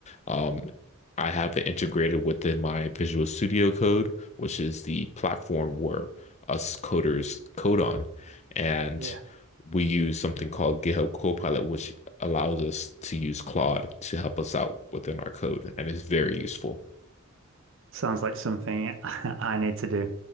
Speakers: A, on the left; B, on the right.
A: Um, I have it integrated within my Visual Studio Code, which is the platform where us coders code on. And
B: Yeah.
A: we use something called GitHub Copilot, which allows us to use Claude to help us out within our code. And it's very useful.
B: Sounds like something <laughs> I need to do.